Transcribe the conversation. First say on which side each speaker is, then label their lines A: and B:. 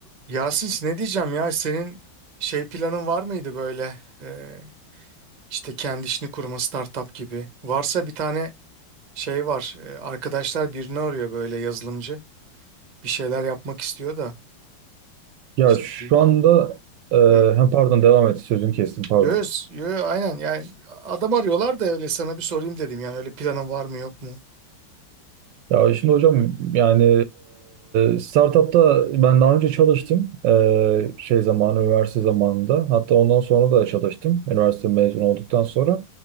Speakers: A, on the right; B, on the right.
A: Yasin ne diyeceğim ya senin şey planın var mıydı böyle e, işte kendi işini kurma startup gibi? Varsa bir tane şey var e, arkadaşlar birini arıyor böyle yazılımcı bir şeyler yapmak istiyor da
B: Ya
A: işte
B: şu
A: bir
B: anda e,
A: Hı.
B: hem pardon devam et sözünü kestim pardon.
A: Yo, yo, aynen yani adam arıyorlar da öyle sana bir sorayım dedim yani öyle planın var mı yok mu?
B: Ya şimdi hocam yani e, startupta ben daha önce çalıştım E, şey zamanı üniversite zamanında hatta ondan sonra da çalıştım üniversite mezun olduktan sonra.